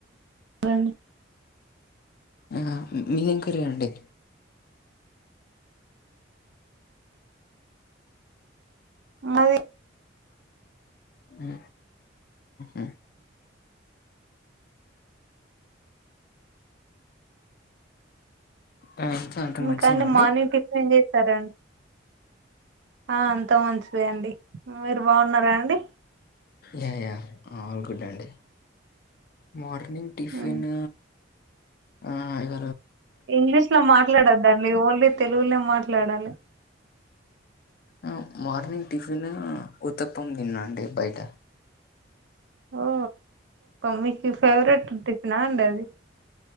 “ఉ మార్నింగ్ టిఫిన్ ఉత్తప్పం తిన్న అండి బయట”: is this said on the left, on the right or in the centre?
Left